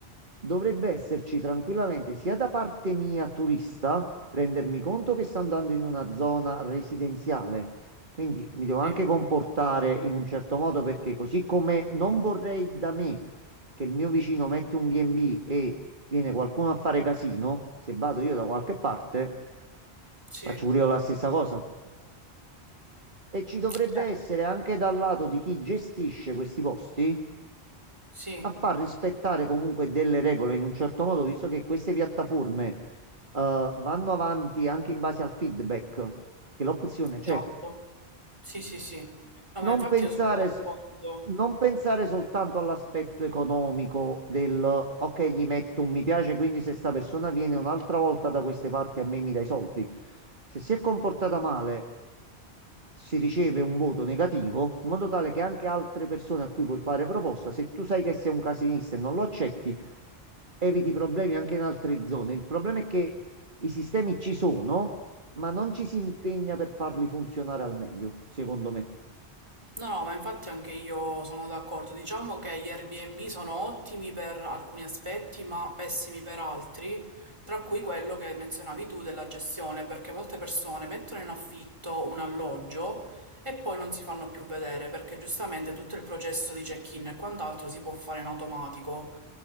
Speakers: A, on the right; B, on the right.
A: dovrebbe esserci tranquillamente sia da parte mia turista, rendermi conto che sto andando in una zona residenziale, quindi mi devo anche
B: sì,
A: comportare in un certo modo perché così come non vorrei da me che il mio vicino mette un B&B e B e viene qualcuno a fare casino, se vado io da qualche parte,
B: sì,
A: faccio pure io la stessa cosa. E ci dovrebbe
B: certo,
A: essere anche dal lato di chi gestisce questi posti
B: sì.
A: a far rispettare comunque delle regole in un certo modo, visto che queste piattaforme eh, vanno avanti anche in base al feedback, che l'opzione
B: Esatto.
A: c'è.
B: Sì, sì, sì. No,
A: Non
B: ma infatti
A: pensare,
B: io sono d'accordo.
A: s- non pensare soltanto all'aspetto economico del ok, gli metto un mi piace, quindi se sta persona viene un'altra volta da queste parti a me mi dai i soldi. Se si è comportata male si riceve un voto negativo, in modo tale che anche altre persone a cui puoi fare proposta, se tu sai che sei un casinista e non lo accetti, eviti problemi anche in altre zone. Il problema è che i sistemi ci sono, ma non ci si impegna
B: Sì.
A: per farli funzionare al meglio, secondo me.
B: No, no, ma infatti anche io sono d'accordo. Diciamo che gli Airbnb sono ottimi per alcuni aspetti, ma pessimi per altri, tra cui quello che menzionavi tu della gestione, perché molte persone mettono in affitto un alloggio e poi non si fanno più vedere, perché giustamente tutto il processo di check-in e quant'altro si può fare in automatico.